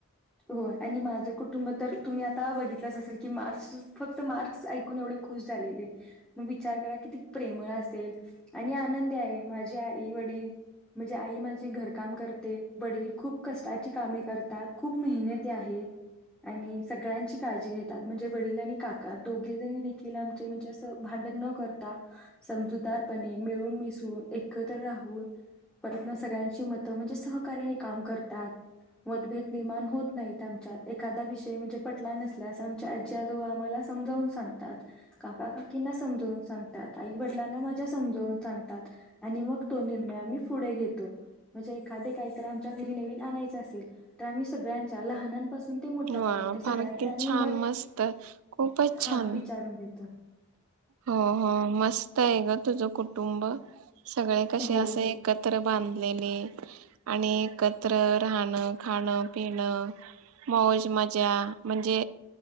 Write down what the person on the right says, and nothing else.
वाव फार
किती
छान
मस्त खूपच
छान
हो हो मस्त आहे ग तुझ कुटुंब सगळे कशे
असे एकत्र बांध आलेली आणि एकत्र राहणं, खाण पिणं मौज मजा म्हणजे